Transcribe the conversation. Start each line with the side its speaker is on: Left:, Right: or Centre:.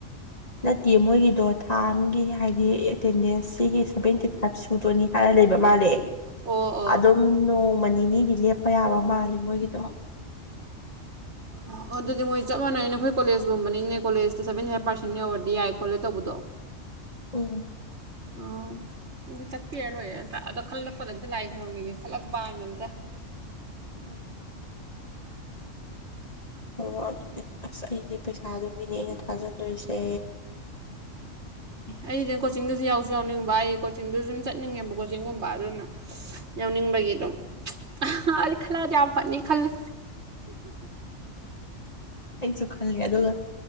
Left: ꯅꯠꯇꯦ ꯃꯣꯏꯒꯤꯗꯣ ꯊꯥ ꯑꯃꯒꯤ ꯍꯥꯏꯗꯤ ꯑꯦꯇꯦꯟꯗꯦꯟꯁ ꯁꯤꯒꯤ ꯁꯚꯦꯟꯇꯤ ꯐꯥꯏꯚ ꯁꯨꯗꯣꯅꯤ ꯍꯥꯏꯔ ꯂꯩꯕ ꯃꯥꯂꯦ
Right: ꯑꯣ ꯑꯣ
Left: ꯑꯗꯨꯝ ꯅꫭꯡ ꯃ ꯅꯤꯅꯤꯗꯤ ꯂꯦꯞꯄ ꯌꯥꯕ ꯃꯥꯜꯂꯦ ꯃꯣꯏꯒꯤꯗꯣ
Right: ꯑꯣ ꯑꯗꯨꯗꯤ ꯃꯣꯏ ꯆꯞ ꯃꯥꯟꯅꯩꯅ ꯑꯩꯈꯣꯏ ꯀꯣꯂꯦꯖꯀꯨꯝꯕꯅꯤꯅꯦ ꯀꯣꯂꯦꯖꯇ ꯁꯕꯦꯟꯇꯤ ꯐꯥꯏꯚ ꯄꯥꯔꯁꯦꯟ ꯌꯧꯔꯗꯤ ꯌꯥꯏ ꯈꯣꯠꯂꯦ ꯇꯧꯕꯗꯣ <inaudible>
Left: ꯎꯝ
Right: ꯑꯥ ꯆꯠꯄꯤꯔ ꯂꫭꯏꯔꯦ ꯅꯠꯇ꯭ꯔ ꯑꯗꯣ ꯈꯜꯂꯛꯄꯗ ꯑꯝꯇ ꯂꯥꯏ ꯈꯣꯏꯔꯝꯈꯤꯒꯦ ꯈꯜꯂꯛꯄꯥ ꯍꯥꯏꯅ ꯑꯝꯇ <inaudible>
Left: ꯎꯝ ꯑꯣ ꯑꯗꯨꯅꯦ ꯑꯁ ꯑꯩꯁꯦ ꯄꯩꯁꯥ ꯑꯗꯨꯝꯒꯤꯅꯦ ꯑꯩꯅ ꯊꯥꯖꯟꯗꯣꯏꯁꯦ
Right: ꯑꯩꯗꯤ ꯀꯣꯆꯤꯡꯗꯨꯁꯨ ꯌꯥꯎꯁꯨ ꯌꯥꯎꯅꯤꯡꯕ ꯑꯩ ꯀꯣꯆꯤꯡꯗꯨꯁꯨ ꯑꯗꯨꯨꯝ ꯆꯠꯅꯤꯡꯉꯦꯕ ꯀꯣꯆꯤꯡꯒꯨꯝꯕ ꯑꯗꯨꯅ ꯌꯥꯎꯅꯤꯡꯕꯒꯤ ꯑꯗꯨꯝ ꯑꯩ ꯈꯜꯂ ꯑꯗꯤ ꯌꯥꯝ ꯐꯅꯤ ꯈꯜꯂꯦ
Left: ꯑꯩꯁꯨ ꯈꯜꯂꯦ ꯑꯗꯨꯒ